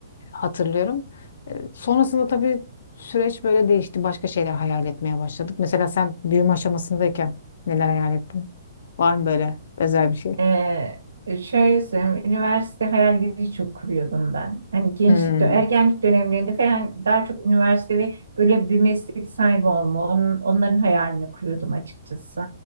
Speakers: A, on the left; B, on the right.
A: hatırlıyorum. E, Sonrasında tabii süreç böyle değişti. Başka şeyler hayal etmeye başladık. Mesela sen büyüme aşamasındayken neler hayal ettin? Var mı böyle özel bir şey?
B: Ee, şöyle söyleyeyim, üniversite hayalleri çok kuruyordum ben. Hani gençlik,
A: Hmm.
B: dö- ergenlik dönemlerinde falan daha çok üniversite ve böyle bir meslek sahibi olma, onun, onların hayalini kuruyordum açıkçası.